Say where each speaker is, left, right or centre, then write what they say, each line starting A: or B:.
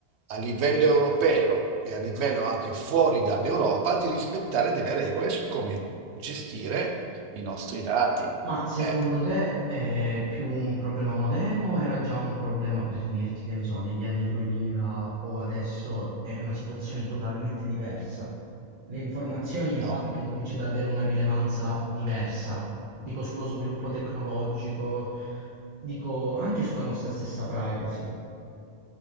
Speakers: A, on the right (about 75°); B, on the right (about 50°).
A: a livello europeo e a livello anche fuori dall'Europa di rispettare delle regole su come gestire i nostri dati.
B: Ma secondo
A: Eh,
B: te è più un problema moderno o era già un problema per dirti che ne so, negli anni 2000 o adesso è una situazione totalmente diversa? Le informazioni e i
A: no,
B: dati
A: eh,
B: hanno cominciato ad avere una rilevanza diversa, dico sullo sviluppo tecnologico, dico anche sulla nostra stessa privacy.